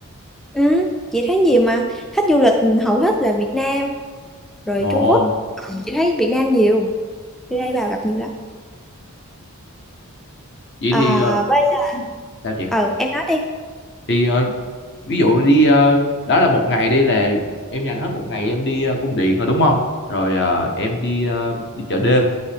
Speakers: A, in the centre; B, on the left.
A: ừ, chị thấy nhiều mà khách du lịch hầu hết là Việt Nam rồi
B: ồ
A: Trung Quốc chị thấy Việt Nam nhiều đi đây vào gặp nhiều lắm
B: vậy
A: À,
B: thì ờ,
A: với
B: sao chị
A: ờ em nói đi.
B: thì ờ, ví dụ đi ờ, đó là một ngày đi là em dành hết một ngày em đi ờ, cung điện rồi đúng không rồi ờ, em đi ờ, đi chợ đêm